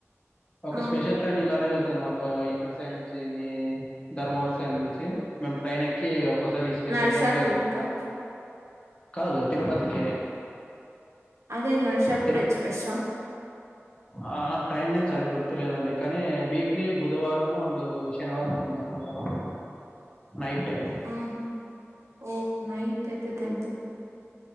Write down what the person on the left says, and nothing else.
ఒక
స్పెషల్ ట్రైన్ ఇలానే వెళ్తది మాకు ఇక్కడ సైడ్ నుంచి మీ ధర్మవర సైం నుంచి మేము ట్రైన్ ఎక్కి ఒక్కోసారి స్పెషల్
ట్రైన్కి వెళ్తుంటము
కాదు తిరుపతికి
తిరు
ఆ ట్రైన్ నేమ్ సరిగ్గా గుర్తులేదండి కానీ వీక్లీ బుధవారము అండ్ శనివారం ఉంటుంది నైట్ టై